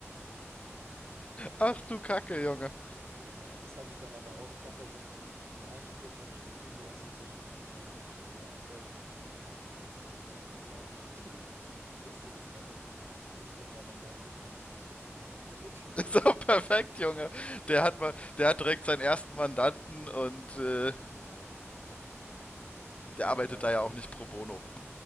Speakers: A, on the left; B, on the right.
A: Ach du Kacke, Junge.
B: Ja, das habe ich dann aber auch. Ich habe ja so, ein, so einen Typ aus meinem Studium, der ist jetzt ja schon äh, selbstständiger Anwalt und ich sag mal, ich finde den jetzt nicht so mega sympathisch. Und, den, <laughs> und ich wusste, dass Mehmet ein anstrengender Mandant wird, dann habe ich den einfach an den vermittelt.
A: <laughs>
B: <laughs>
A: Ist doch perfekt, Junge. Der hat mal, der hat direkt seinen ersten Mandanten und äh,
B: Ja, ja. Nee,
A: der arbeitet
B: aber
A: da
B: Berliner.
A: ja auch nicht pro bono. <laughs>